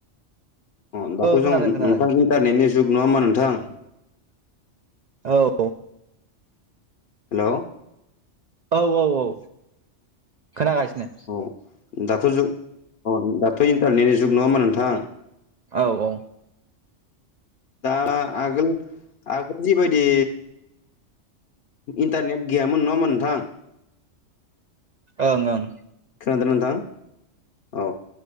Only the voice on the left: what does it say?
अ दाथ'
जों
नोंथां इन्टारनेटनि जुग नङा ओनबा नोंथां?
हेलौ
औ दाथ' जुग अ दाथ' इन्टारनेटनि जुग नङा ओनबा नोंथां?
दा आगोल आगोल जिबायदि इन्टारनेट गैयामोन नङा ओमबा नोंथां?
खोनादोना नोंथां औ